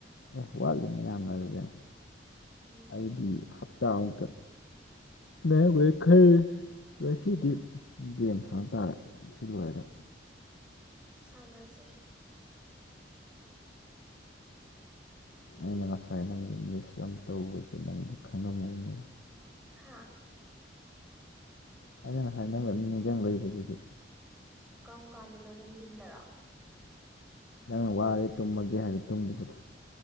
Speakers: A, on the left (about 80°); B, in the centre.
A: ꯑꯦ ꯋꯥꯠꯂꯤꯅꯦ ꯌꯥꯝꯅꯔꯁꯦ
B: ꯎꯝ
A: ꯑꯩꯗꯤ ꯍꯞꯇꯥꯃꯨꯛꯇ ꯃ ꯋꯥꯦꯈꯔ ꯑꯣꯏ ꯁꯤꯗꯤ ꯒꯦꯝ ꯍꯥꯏꯕ ꯇꯥꯔꯦ ꯁꯤ ꯂꯣꯏꯔꯦ
B: ꯁꯥꯟꯅꯁꯦ
A: ꯑꯩꯅ ꯉꯁꯥꯏ ꯅꯪ ꯏꯪꯂꯤꯁ ꯌꯥꯝ ꯇꯧꯕꯁꯤꯅ ꯑꯩꯗꯤ ꯈꯪꯉꯝꯃꯧꯅꯦ
B: ꯍꯥꯥ
A: ꯑꯩꯅ ꯉꯁꯥꯏ ꯅꯪꯕ ꯃꯤ ꯅꯤꯡꯁꯤꯡꯕꯕꯁꯤꯗꯤ
B: ꯀꯔꯝ ꯀꯥꯟꯗꯅꯣ ꯅꯨꯡꯊꯤꯟꯗꯔꯥ
A: ꯅꯪꯅ ꯋꯥꯔꯦ ꯇꯨꯝꯃꯒꯦ ꯍꯥꯏꯔ ꯇꯨꯝꯈꯤꯕꯗꯣ